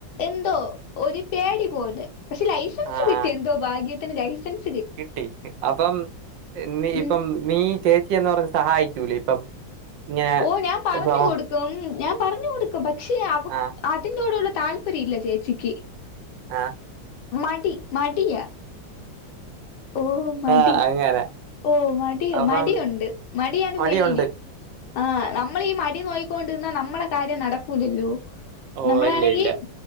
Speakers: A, on the left; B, on the right.
A: എന്തോ ഒരു പേടി പോലെ പക്ഷെ ലൈസൻസ്
B: ആഹ്
A: കിട്ടി
B: ആഹ്
A: എന്തോ ഭാഗ്യത്തിന് ലൈസൻസ് -
B: കിട്ടി അപ്പം നീ ഇപ്പം
A: ഉം
B: നീ ചേച്ച പറഞ്ഞ് സഹായിക്കൂലേ ഇപ്പം ഇങ്ങനെ
A: ഓ ഞാൻ പറഞ്ഞു
B: ഇപ്പൊ
A: കൊടുക്കും ഞാൻ പറഞ്ഞു കൊടുക്കും പക്ഷെ അവ
B: ആ
A: അതിനോടുള്ള താല്പര്യ ഇല്ല ചേച്ചിക്ക്
B: ആ
A: മടി മടിയാ ഓ മടി
B: ആ അങ്ങനെ
A: ഓ മടി
B: അപ്പം
A: മടിയുണ്ട് മടിയാണ്
B: മടിയുണ്ട്
A: മെയിന് ആ നമ്മളീഈ മടി നോയിക്കൊണ്ടിരുന്നാ നമ്മള കാര്യം നടക്കൂലല്ലോ
B: ഓ
A: നമ്മളാണെങ്കി
B: ഇല്ല ഇല്ല